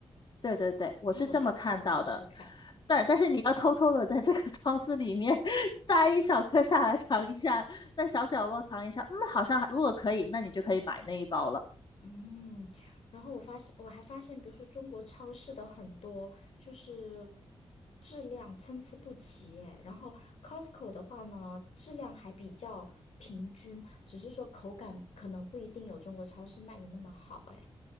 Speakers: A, on the left; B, on the left.
A: 对对对，我是这么看到的，
B: 那我下次我要试试看。
A: 但但是你要偷偷的在这个 <laughs> 超市里面摘一小颗下来尝一下，在小角落尝一下，嗯，好像还如果可以，那你就可以买那一包了。
B: 嗯，然后我发现，我还发现，比如说中国超市的很多就是质量参差不齐，哎，然后 Costco 的话呢，质量还比较平均，只是说口感可能不一定有中国超市卖的那么好，哎。